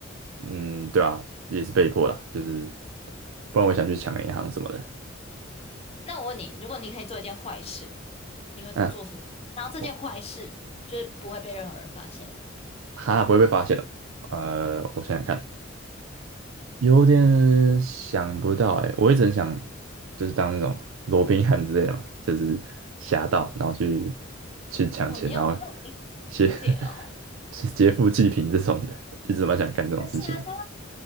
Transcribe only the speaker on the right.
嗯，对啊，也是被迫啦，就是不然我想去抢银行什么的，
嗯，
我哈不会被发现哦，呃，我想想看，有点想不到哎、我一直很想就是当那种 <laughs> 罗宾汉之类的嘛，就是侠盗，然后去去抢钱，
然后劫 <laughs> 去劫富济贫这种的，一直蛮想干这种事情，